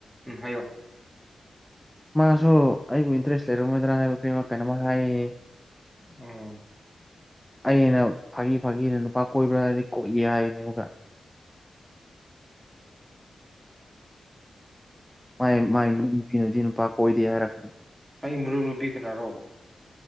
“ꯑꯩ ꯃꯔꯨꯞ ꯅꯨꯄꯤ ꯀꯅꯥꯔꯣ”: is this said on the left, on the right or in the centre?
Right